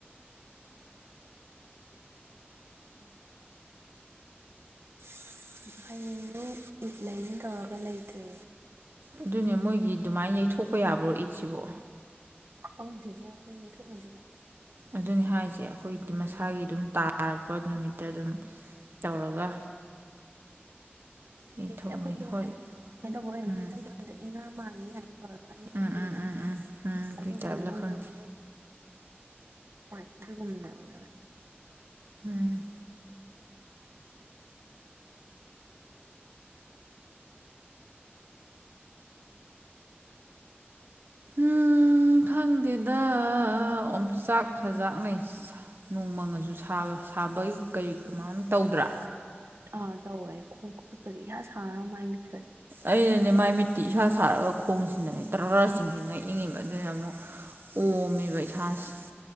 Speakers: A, on the right; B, on the right.
A: <inaudible> <unintelligible> ꯁꯨ ꯍ ꯍꯌꯦꯡꯗꯨ ꯂꯩꯅꯤ ꯇꯧꯔꯒ ꯂꯩꯇ꯭ꯔꯦ
B: ꯑꯗꯨꯅꯦ ꯃꯣꯏꯒꯤ ꯑꯗꯨꯃꯥꯏ ꯌꯩꯊꯣꯛꯄ ꯌꯥꯕ꯭ꯔꯣ ꯏꯠ ꯁꯤꯕꯣ?
A: ꯈꯪꯗꯦꯕꯣ ꯑꯈꯣꯏ ꯊꯣꯛꯅꯗꯦꯕ꯫
B: ꯑꯗꯨꯅꯤ ꯍꯥꯏꯁꯦ ꯑꯈꯣꯏ ꯃꯁꯥꯒꯤ ꯑꯗꯨꯝ ꯇꯥꯔꯛꯄ ꯅꯨꯃꯤꯠꯇ ꯑꯗꯨꯝ ꯇꯧꯔꯒ ꯌꯩꯊꯣꯛꯅꯩ
A: ꯍꯧꯁꯦ ꯑꯩꯈꯣꯏꯁꯨ
B: ꯍꯣꯏ
A: ꯀꯩꯅꯣ ꯇꯧꯕ ꯑꯣꯏꯔꯝꯅꯤ
B: ꯎꯝ
A: ꯑꯩꯈꯣꯏꯁꯨ ꯑꯗꯨꯗ ꯏꯅꯥ ꯃꯥꯡꯉꯤ ꯀꯥꯏꯅ ꯇꯧꯔꯒ ꯑꯅꯤ
B: ꯎꯝ
A: ꯈꯜꯂꯤꯗꯅ
B: ꯎꯝ ꯎꯝ ꯎꯝ ꯎꯝ ꯑꯗꯨꯏ
A: ꯑꯗꯨꯒꯨꯝꯅ
B: ꯇꯥꯏꯞꯂ
A: ꯃꯣꯏꯁꯨ
B: ꯈꯪꯗꯦ
A: ꯍꯣꯏ ꯑꯗꯨꯒꯨꯝꯟꯗ ꯑꯣꯏ
B: ꯎꯝ ꯎꯝ ꯈꯪꯗꯦꯗ ꯑꯣꯝꯆꯥꯛ ꯍꯖꯥꯛꯅꯩ ꯅꯣꯡꯃꯪꯉꯁꯨ ꯁꯥꯕꯒꯤ ꯀꯔꯤ ꯀꯃꯥꯏꯅ ꯇꯧꯗ꯭ꯔꯥ
A: ꯑ ꯇꯧꯋꯦ ꯈꯣꯡ ꯈꯨꯠꯀꯗꯤ ꯌꯥꯝ ꯁꯥꯔ ꯃꯥꯏ ꯃꯤꯠꯀ
B: ꯑꯩꯅꯅꯦ ꯃꯥꯏ ꯃꯤꯠꯇꯤ ꯏꯁꯥ ꯁꯥꯔꯒ ꯈꯣꯡꯁꯤꯗꯅꯦ ꯇꯔꯁꯤꯡꯤꯡꯁꯤꯅ ꯏꯪꯉꯤꯕ ꯑꯗꯨꯅ ꯑꯃꯨꯛ ꯑꯣꯝꯃꯦꯕ ꯏꯁꯥꯁꯦ